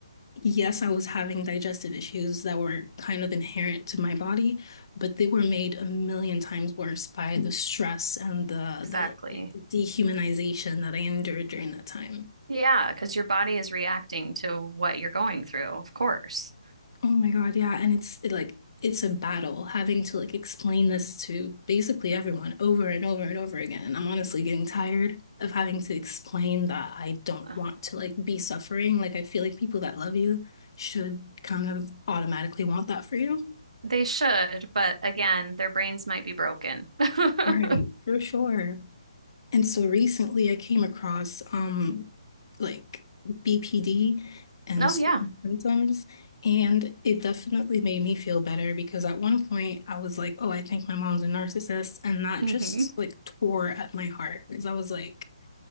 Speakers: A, on the left; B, on the right.
A: yes, I was having digestive issues that were kind of inherent to my body, but they were made a million times worse by the stress and the
B: Exactly.
A: the, like, the dehumanization that I endured during that time.
B: Yeah, because your body is reacting to what you're going through, of course.
A: Oh my God, yeah. And it's it, like it's a battle having to like explain this to basically everyone over and over and over again. And I'm honestly getting tired of having to explain that I don't
B: Uh,
A: want to like be suffering. Like I feel like people that love you should kind of automatically want that for you.
B: They should, but again, their brains might be broken. <laughs>
A: Right, for sure. And so recently I came across um like BPD and
B: Oh
A: certain
B: yeah.
A: symptoms, and it definitely made me feel better because at one point I was like, oh, I think my mom's a narcissist, and that
B: hmm
A: just like tore at my heart because I was like,